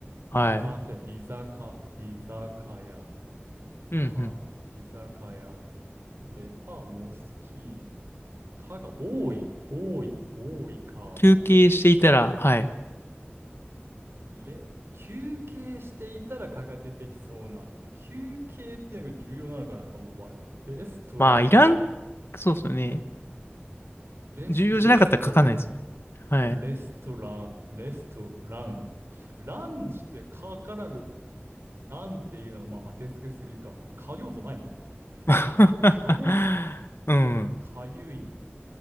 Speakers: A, on the left (about 65°); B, on the right (about 65°).
A: はい。
B: カフェ、居酒、居酒屋、
A: うんうん。
B: か、居酒屋、デパ、モスキー、かが多い、多い、多いか。
A: 休憩していたら、はい。
B: れ、休憩していたらかが出てきそうな。で休憩っていうのが重要なのかな、この場合は。レストラン、
A: まあ、いらん、そうですよね。
B: レス、
A: 重要じゃなかったら書かないです。
B: レスト、
A: はい。
B: レストラン、レストラン。ランしてかからランっていうのはまあ当てつけすぎか。か要素ないもんな。
A: <laughs>
B: かね、
A: うん。
B: かゆい、